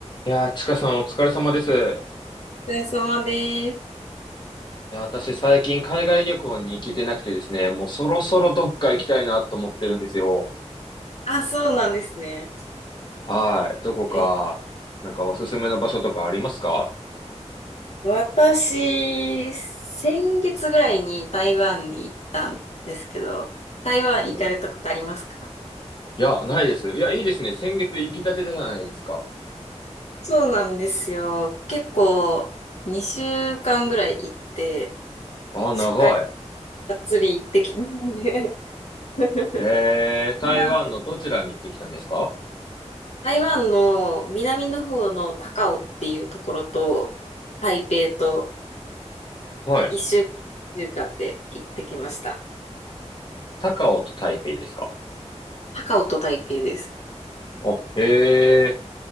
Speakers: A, on the left; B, on the left.
A: いやー、ちかさんお疲れ様です。い
B: お疲れ様です。
A: や、私最近海外旅行に行けてなくてですね、もうそろそろどっか行きたいなと思ってるんですよ。
B: あ、そうなんですね。
A: はい。どこか、
B: え、
A: なんかおすすめの場所とかありますか
B: 私、先月ぐらいに台湾に行ったんですけど、台湾行かれたことありますか
A: おいや、ないです。いや、いいですね。先月行きたてじゃないですか。
B: そうなんですよ。結構、2週間ぐらい行って、
A: あー、長い。
B: しっかりがっつり行ってきたしで <laughs>
A: えー、台湾のどちらに行ってきたんですか
B: まあ台湾の南の方の高雄っていうところと、台北と
A: はい。
B: 1週間で行ってきました。
A: 高雄と台北ですか
B: 高オと台北です。
A: お、へえ。